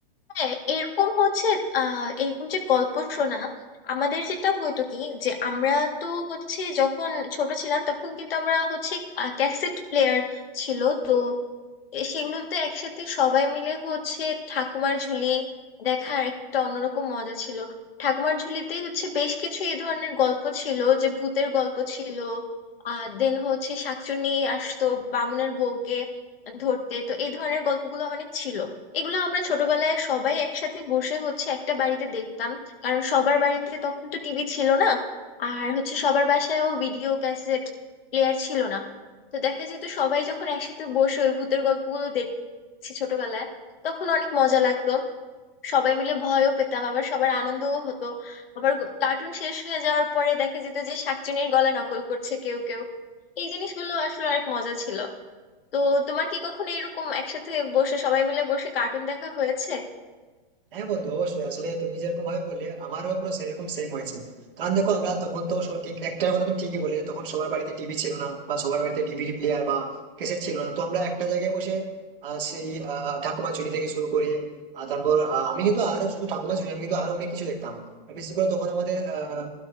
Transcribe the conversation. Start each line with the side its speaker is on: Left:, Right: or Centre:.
Left: হ্যাঁ এরকম হচ্ছে আহ এরকম যে গল্প শোনা আমাদের যেটা হয়তো কি যে আমরা তো হচ্ছে যখন ছোট ছিলাম তখন কিন্তু আমরা হচ্ছে ক্যাসেট প্লেয়ার ছিল তো এ সেগুলোতে একসাথে সবাই মিলে হচ্ছে ঠাকুমার ঝুলি দেখার একটা অন্যরকম মজা ছিল ঠাকুমার ঝুলিতেই হচ্ছে বেশ কিছু এই ধরনের গল্প ছিল যে ভূতের গল্প ছিল আর দেন হচ্ছে শাকচুন্নি আসতো বামুনের বউকে ধরতে তো এই ধরনের গল্পগুলো অনেক ছিল এগুলো আমরা ছোটবেলায় সবাই একসাথে বসে হচ্ছে একটা বাড়িতে দেখতাম কারণ সবার বাড়িতে তখন তো টিভি ছিল না আর হচ্ছে সবার বাসায়ও ভিডিও ক্যাসেট প্লেয়ার ছিল না তো দেখা যেত সবাই যখন একসাথে বসে ওই ভূতের গল্পগুলো দেখছি ছোটবেলায় তখন অনেক মজা লাগতো সবাই মিলে ভয়ও পেতাম আবার সবার আনন্দও হতো আবার কার্টুন শেষ হয়ে যাওয়ার পরে দেখা যেত যে শাকচুনির গলা নকল করছে কেউ কেউ এই জিনিসগুলো আসলে অনেক মজা ছিল তো তোমার কি কখনো এরকম একসাথে বসে সবাই মিলে বসে কার্টুন দেখা হয়েছে
Right: হ্যাঁ বন্ধু অবশ্যই আসলে তুমি যেরকম ভাবে বললে আমারও পুরো সেরকম সেম হয়েছে কারণ দেখো আমরা তখন তো সব ঠিক একটার কথা তুমি ঠিকই বললে তখন সবার বাড়িতে টিভি ছিল না বা সবার বাড়িতে ডিভিডি প্লেয়ার বা ক্যাসেট ছিল না তো আমরা একটা জায়গায় বসে আহ, সেই আহ, ঠাকুমা ঝুলি থেকে শুরু করে আহ, তারপর আহ, আমি কিন্তু আরো শুধু ঠাকুমা ঝুলি আমি কিন্তু আরো অনেক কিছু দেখতাম আর বিশেষ করে তখন আমাদের আহ